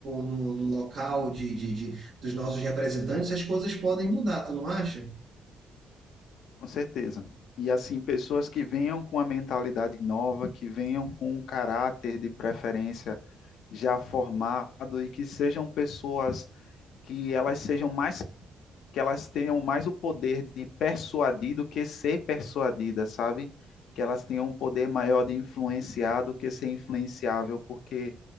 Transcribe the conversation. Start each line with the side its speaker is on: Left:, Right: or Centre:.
Right: no, no local de, de, de- dos nossos representantes, as coisas podem mudar, tu não acha?
Left: com certeza. E assim, pessoas que venham com a mentalidade nova, que venham com um caráter de preferência já formado e que sejam pessoas que elas sejam mais, que elas tenham mais o poder de persuadir do que ser persuadidas, sabe? Que elas tenham um poder maior de influenciar do que ser influenciável, porque